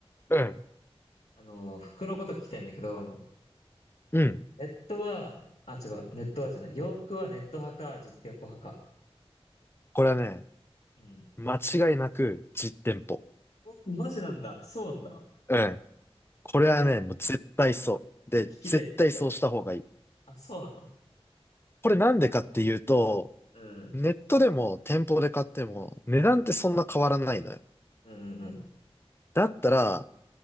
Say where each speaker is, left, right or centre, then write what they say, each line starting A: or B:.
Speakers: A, on the left (about 20°); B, on the left (about 80°).
A: うん。
B: あの、服のこと聞きたいんだけど、
A: うん。
B: ネットは、あ、違う、ネットはじゃない。洋服はネット派か、実店舗派か。
A: これはね、
B: うん。
A: 間違いなく実店舗。
B: おマジなんだ。そうなんだ。
A: うん。これはね、
B: へえ、
A: もう絶対そう。で、
B: え聞きたい、
A: 絶対そうした方がいい。
B: 聞きたい。あ、そうなの
A: これなんでかっていうと、
B: うん。
A: ネットでも店舗で買っても値段ってそんな変わらないのよ。
B: うん、うん、
A: だったら、